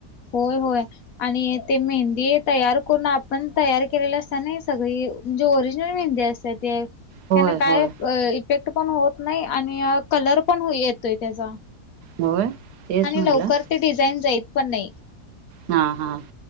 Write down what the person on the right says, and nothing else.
होय
होय
होय तेच
म्हटलं
हा हा.